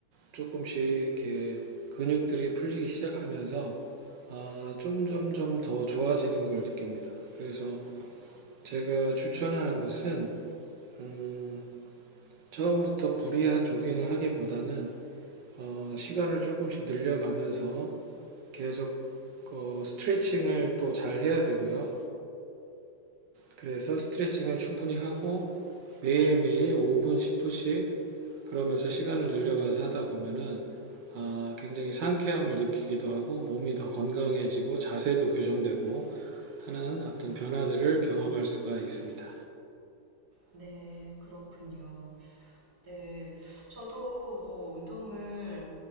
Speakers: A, on the right (about 80°); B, on the right (about 60°).
A: 조금씩 이렇게 근육들이 풀리기 시작하면서 아, 점점점 더 좋아지는 걸 느낍니다. 그래서 제가 추천하는 것은 음, 처음부터 무리한 조깅을 하기보다는 어, 시간을 조금씩 늘려가면서 계속 어, 스트레칭을 또 잘 해야 되고요. 그래서 스트레칭을 충분히 하고 매일매일 5분, 10분씩 그러면서 시간을 늘려가서 하다 보면은 아, 굉장히 상쾌함을 느끼기도 하고 몸이 더 건강해지고 자세도 교정되고 하는 어떤 변화들을 경험할 수가 있습니다.
B: 네, 그렇군요. 네, 저도 뭐 운동을